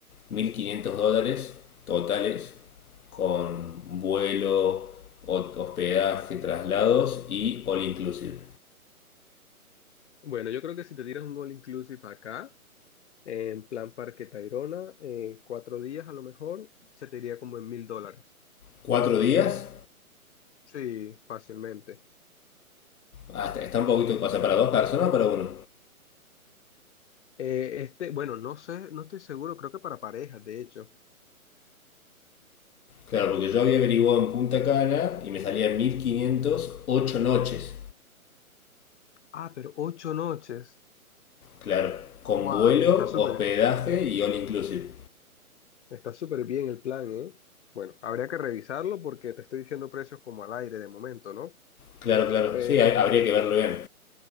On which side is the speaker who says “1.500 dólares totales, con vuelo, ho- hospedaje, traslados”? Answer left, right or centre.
Left